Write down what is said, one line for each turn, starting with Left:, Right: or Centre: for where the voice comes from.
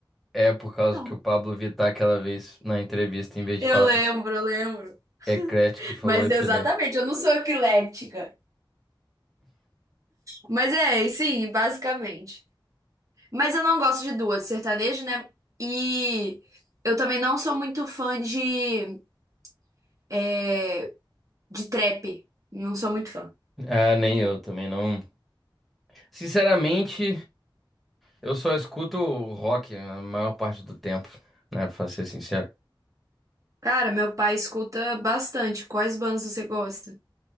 Centre: É por causa
Right: não.
Centre: que o Pablo Vittar aquela vez na entrevista, em vez
Right: Eu
Centre: de falar
Right: lembro, eu lembro.
Centre: eclético, falou
Right: Mas
Centre: epilético.
Right: eu- exatamente, eu não sou epiléptica. Mas é, e sim, basicamente. Mas eu não gosto de duas, sertanejo, né? E eu também não sou muito fã de, é, de trap. Não sou muito fã.
Centre: Ah, nem eu também não. Sinceramente, eu só escuto rock a maior parte do tempo, né? Pra ser sincero.
Right: Cara, meu pai escuta bastante. Quais bandas você gosta?